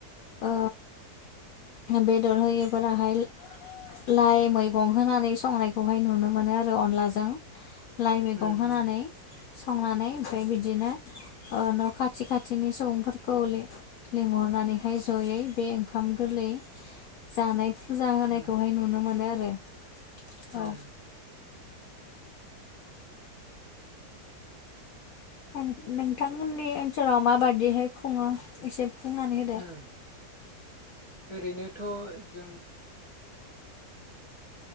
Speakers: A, on the left (about 60°); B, on the right (about 25°).
A: ओ बेदर होयो फोरा हाय लाइ मैगं होनानै संनायखौहाय नुनो मोनो आरो अनलाजों लाइ मैगं
B: उम
A: होनानै संनानै ओमफ्राय बिदिनो ओ न' खाथि खाथिनि सुबुंफोरखौ लिं लिंहरनानैहाय जयै बेओंखा ओंखाम गोरलै जानाय फुजा होनायखौहाय
B: उम
A: नुनो मोनो आरो
B: उम
A: औ आं नोंथांमोननि ओनसोलाव माबादिहाय खुङो एसे बुंनानै होदो
B: उम ओरैनोथ' जों